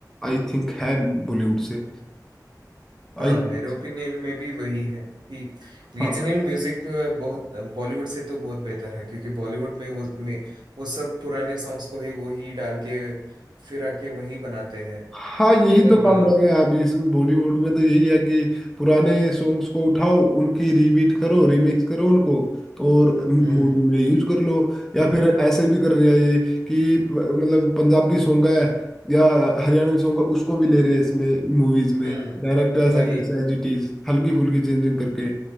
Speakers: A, in the centre; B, on the right (about 80°).
A: आई थिंक है बॉलीवुड से
B: हाँ
A: आई
B: मेरे
A: थिंक
B: ओपिनियन में भी वही है कि रीजनल
A: हाँ
B: म्यूजिक बहुत बॉलीवुड से तो बहुत बेहतर है क्योंकि बॉलीवुड में वो में वो सब पुराने सॉन्ग्स को ही वो ही डाल के फिर आके वही बनाते हैं
A: हाँ यही
B: पर
A: तो काम
B: अ,
A: रह गया है अभी इसमें बॉलीवुड में तो यही है कि पुराने सॉन्ग्स को उठाओ उनकी रीबीट करो रीमिक्स करो उनको और मूवी
B: हम्म
A: में यूज कर लो या फिर ऐसे भी कर रहे हैं ये कि प- मतलब पंजाबी सॉन्ग है या हरियाणवी सॉन्ग है उसको भी ले रहे हैं इसमें मूवीज में
B: हम्म
A: डायरेक्ट ऐसा
B: वही
A: कैसा एज इट इज हल्की फुल्की चेंजिंग करके